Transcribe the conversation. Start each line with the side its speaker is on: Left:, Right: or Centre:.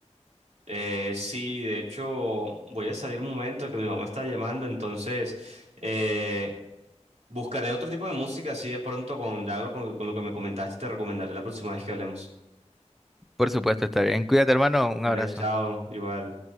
Right: Eh, sí, de hecho voy a salir un momento que mi mamá está llamando, entonces eh, buscaré otro tipo de música así de pronto con, ya lo- con, con lo que me comentaste te recomendaré la próxima vez que hablemos.
Centre: Por supuesto, está bien. Cuídate, hermano. Un
Right: Vale,
Centre: abrazo.
Right: chao, igual.